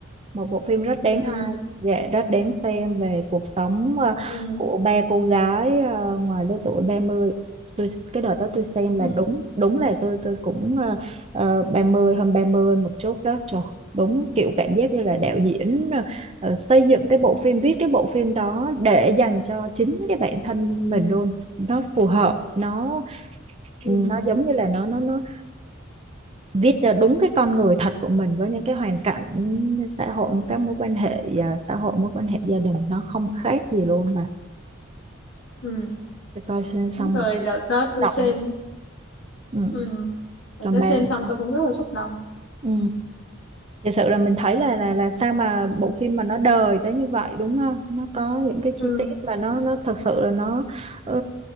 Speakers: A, on the right; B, on the left.
A: một bộ phim rất đáng
B: ừ, ừ,
A: hay dạ rất đáng xem về cuộc sống ờ,
B: ừ,
A: của ba cô gái ờ, ngoài lứa tuổi 30. tôi cái đợt đó tôi xem
B: ừ,
A: là đúng đúng là tôi tôi cũng uh, 30 hơn 30 một chút đó trời đúng kiểu cảm giác như là đạo diễn ờ, ờ, xây dựng cái bộ phim viết cái bộ phim đó để dành cho chính cái bản thân mình luôn nó phù hợp nó
B: ừ,
A: nó giống như là nó nó nó viết cho đúng cái con người thật của mình với những cái hoàn cảnh xã hội các mối quan hệ à, xã hội mối quan hệ gia đình nó không khác gì luôn mà
B: ừ.
A: Tôi coi xong
B: đúng rồi
A: một
B: đợt đó tôi
A: động
B: xem
A: ừ.
B: ừ. đợt
A: còn
B: đó
A: ba
B: xem
A: thì
B: xong
A: sao
B: tôi cũng rất là xúc động
A: ừ. thực sự là mình thấy là là là sao mà bộ phim mà nó đời tới như vậy đúng không nó có những cái chi
B: ừ,
A: tiết mà nó nó thật sự là nó ừ,